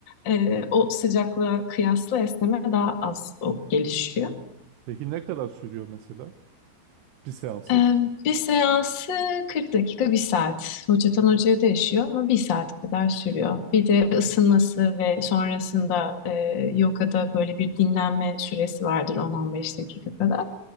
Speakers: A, on the left (about 50°); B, on the right (about 70°).
A: e, o sıcaklığa kıyasla esneme daha az o gelişiyor.
B: Peki ne kadar sürüyor mesela bir seansı?
A: Ee, bir seansı 40 dakika, bir saat. Hocadan hocaya değişiyor ama bir saat kadar sürüyor. Bir de ısınması ve sonrasında e, yogada böyle bir dinlenme süresi vardır on 15 dakika kadar.